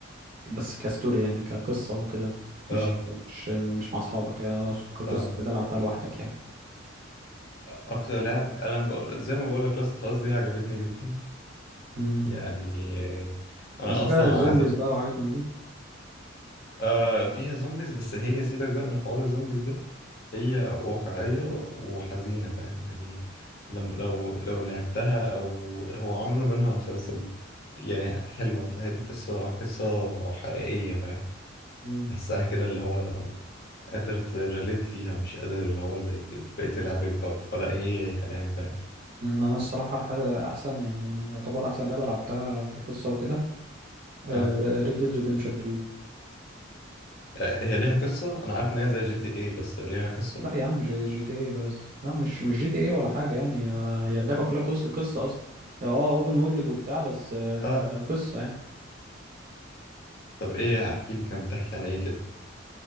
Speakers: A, on the right; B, on the left.
A: بس كستوري يعني كقصة وكده مش
B: اه
A: مش مش مع اصحابك يعني اقصد كقصة
B: اه
A: كده لعبتها لوحدك يعني
B: اكتر لعب انا ب... زي ما بقول لك لاست اوف اس دي عجبتني جدا
A: مم.
B: يعني انا
A: مش بقى
B: اصلا
A: زومبيز
B: عايز أ...
A: بقى وحاجات من دي
B: آه فيها زومبيز بس هي سيبك بقى من حوار الزومبيز ده هي واقعية وحزينة فاهم يعني لم... لو لو لعبتها او هو عملوا منها مسلسل يعني حلوة فاهم قصة قصة حقيقية فاهم
A: مم.
B: تحسها كده اللي هو قادر تريليت ليها مش قادر اللي هو زي بقية اللعب يبقى ولا أي كلام فاهم
A: مم، انا الصراحة ح- احسن يعني يعتبر احسن لعبة لعبتها كقصة وكده
B: اه
A: ريد ديد ريديمشن 2
B: آه، هي ليها قصة أنا عارف إن هي زي جي تي إيه بس ليها قصة
A: لا يا عم جي, جي تي ايه بس لا مش مش جي تي ايه ولا حاجة يعني هي هي اللعبة كلها قصة قصة أصلا هي اه اوبن وورلد وبتاع بس آه،
B: آه،
A: قصة يعني
B: طب ايه هحكي لي كان بتحكي عن ايه كده